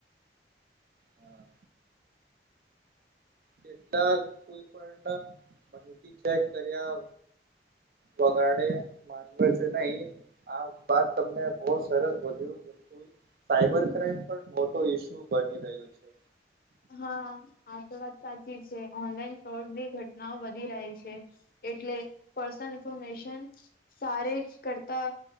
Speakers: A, on the right; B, on the left.
A: હા કેટલાક કોઈ પણ માહિતી ચેક કર્યા વગાડે માનવે છે નહી આ વાત તમને બહુ સરસ બોલ્યું સાયબર ક્રાઈમ પણ મોટો ઈસ્યુ બની રહ્યો છે
B: હા આ તો વાત સાચી છે ઓનલાઈન ફ્રોડની ઘટનાઓ વધી રહી છે એટલે પર્સનલ ઇન્ફોર્મેશન સારે કરતા